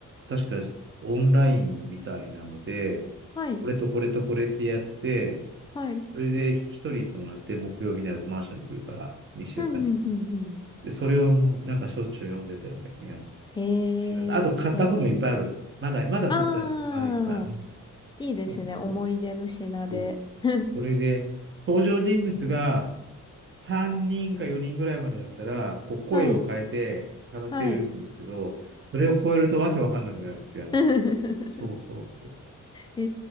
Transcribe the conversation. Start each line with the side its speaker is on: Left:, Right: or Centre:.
Right: 確かオンラインみたいなので、
Left: はい。
Right: これとこれとこれってやって、
Left: はい。
Right: それで一人行ってもらって、木曜日になるとマンションに来るから、2週間に
Left: うんうんうんうん。
Right: で、それをもうなんかしょっちゅう読んでたような気が
Left: え
Right: します。あと買った本もいっぱいある。
Left: ー、素敵。
Right: まだ、まだ取ってある。
Left: あー、
Right: あるいっぱいね。
Left: いいですね。
Right: そうそう
Left: 思い出の品で。
Right: そう
Left: <laughs>
Right: それで、登場人物が3人か4人ぐらいまでだったら、こう声を変えて話せるんですけど、
Left: はい。はい。
Right: それを超えるとわけわかんなくなるっていう、あの、
Left: <laughs>
Right: そうそうそうそ
Left: え